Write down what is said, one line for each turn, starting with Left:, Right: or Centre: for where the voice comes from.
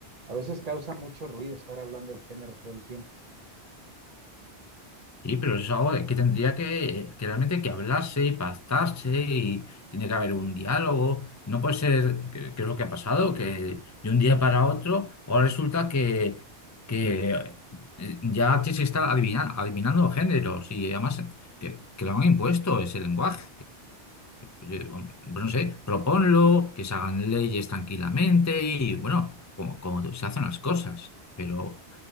Right: a veces causa mucho ruido estar hablando del género todo el tiempo.
Left: Sí, pero eso es algo de que tendría que, que realmente que hablarse y pactarse y tiene que haber un diálogo. No puede ser, que, que es lo que ha pasado, que de un día para otro, ahora resulta que, que eh, ya tienes que estar adivina- adivinando géneros y además que, que lo han impuesto ese lenguaje. Oye, hombre, pues no sé, proponlo, que se hagan leyes tranquilamente y bueno, como, como se hacen las cosas, pero